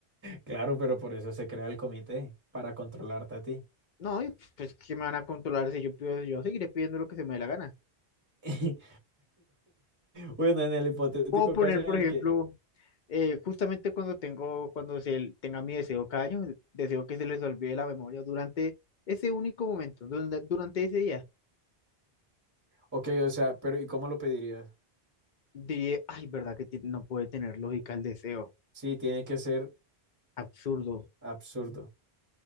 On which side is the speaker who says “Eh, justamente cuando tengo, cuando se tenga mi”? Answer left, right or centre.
Left